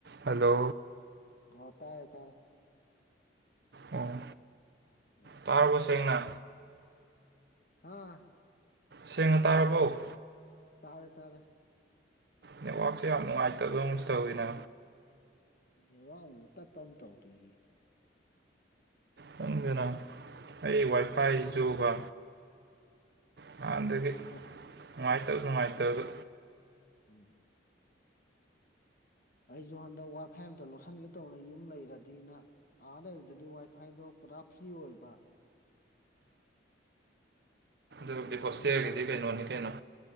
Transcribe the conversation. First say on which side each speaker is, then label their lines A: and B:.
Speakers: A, on the right (about 55°); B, on the left (about 50°).
A: hello
B: ꯍ ꯇꯔꯦ ꯇꯔꯦ
A: ꯑꯣ
B: ꯎꯝ
A: ꯇꯥꯔꯕ ꯁꯦꯡꯅ
B: ꯍꯥꯥ
A: ꯁꯦꯡꯅ ꯇꯥꯔꯕꯣ
B: ꯇꯥꯔꯦ ꯇꯥꯔꯦ
A: ꯅꯦꯠꯋꯥꯛꯁꯦ ꯌꯥꯝ ꯅꯨꯡꯉꯥꯏꯇꯕ ꯑꯃꯁꯁꯨ ꯇꯧꯋꯤꯅ
B: ꯎꯝꯔꯃꯨ ꯇꯠꯄ ꯑꯃ ꯇꯧꯗꯔꯤ
A: ꯆꯪꯗꯨꯅ ꯑꯩ ꯋꯥꯏꯐꯥꯏ ꯌꯨꯒ ꯅꯍꯥꯟꯗꯒꯤ
B: ꯅꯪ
A: ꯅꯨꯡꯉꯥꯏꯇꯕ ꯅꯨꯡꯉꯥꯏꯇꯕꯁꯨ
B: ꯎꯝ ꯑꯩꯁꯨ ꯍꯟꯗꯛ ꯋꯥꯏꯐꯥꯏ ꯑꯃꯝꯇ ꯂꯧꯁꯤꯟꯒꯦ ꯇꯧꯕꯅ ꯌꯨꯝ ꯂꯩꯔꯗꯤꯅ ꯑꯍꯥꯟ ꯂꯩꯕꯗꯗꯤ ꯋꯥꯏ ꯐꯥꯏꯗꯣ ꯄꯨꯔꯥ ꯐ꯭ꯔꯤ ꯑꯣꯏꯕ ꯑꯗꯨꯗꯨꯅ
A: ꯑꯗꯨꯗꯤ ꯍꯣꯇꯤ ꯍꯥꯏꯒꯤꯗꯤ
B: ꯀ꯭ꯂꯥ
A: ꯀꯩꯅꯣ ꯋꯥꯅꯤ ꯀꯩꯅꯣ